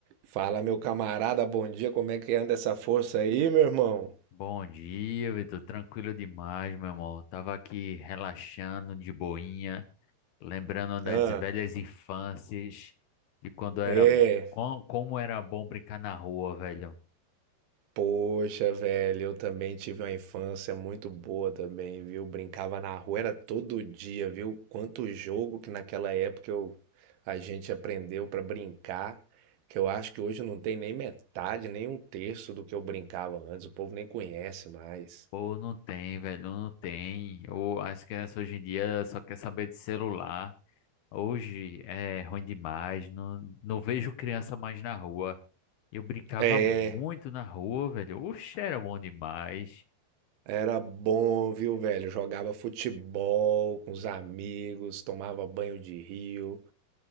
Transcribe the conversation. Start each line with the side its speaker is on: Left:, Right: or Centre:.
Right: Fala, meu camarada, bom dia. Como é que anda essa força aí, meu irmão?
Left: Bom dia, Vitor. Tranquilo demais, meu irmão. Tava aqui relaxando de boinha, lembrando das
Right: Ah,
Left: velhas infâncias, de quando era,
Right: é.
Left: com- como era bom brincar na rua, velho.
Right: Poxa, velho, eu também tive uma infância muito boa também, viu? Brincava na rua, era todo dia, viu? Quanto jogo que naquela época eu, a gente aprendeu pra brincar, que eu acho que hoje não tem nem metade, nem um terço do que eu brincava antes, o povo nem conhece mais.
Left: Pô, não tem, velho, não tem. Ou as crianças hoje em dia só quer saber de celular. Hoje é ruim demais, não, não vejo criança mais na rua. Eu brincava
Right: É.
Left: muito na rua, velho. Oxe, era bom demais.
Right: Era bom, viu, velho? Jogava futebol com os amigos, tomava banho de rio.